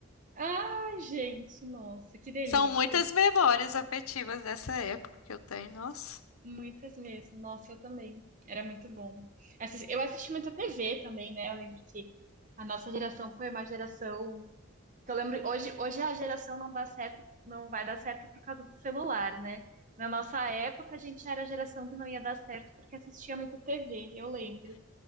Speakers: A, on the right (about 35°); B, on the left (about 80°).
A: Ai, gente, nossa, que delícia.
B: São muitas memórias afetivas dessa época que eu tenho, nossa.
A: Muitas mesmo. Nossa, eu também. Era muito bom. Assis- Eu assisti muita TV também, né? Eu lembro que a nossa geração foi uma geração que eu lembro hoje, hoje a geração não dá certo, não vai dar certo por causa do celular, né? Na nossa época, a gente era a geração que não ia dar certo porque assistia muito TV, eu lembro.